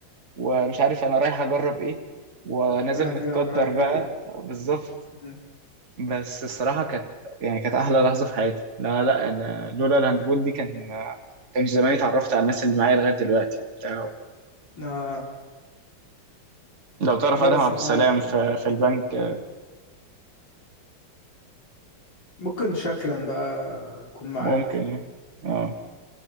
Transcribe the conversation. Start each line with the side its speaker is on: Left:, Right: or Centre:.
Right: ومش عارف انا رايح اجرب ايه ونازل
Left: رايح تجرب
Right: متقدر
Left: حاجة جديدة
Right: بقى بالظبط
Left: مم.
Right: بس الصراحه كانت يعني كانت احلى لحظه في حياتي لا لا انا لولا الهاندبول دي كان كانش زماني اتعرفت على الناس اللي معايا لغايه دلوقتي وبتاع
Left: اه
Right: لو تعرف
Left: هي
Right: ادهم
Left: الصراحة
Right: عبد السلام في في البنك
Left: ممكن شكلا بقى اكون معاك
Right: ممكن يعني. اه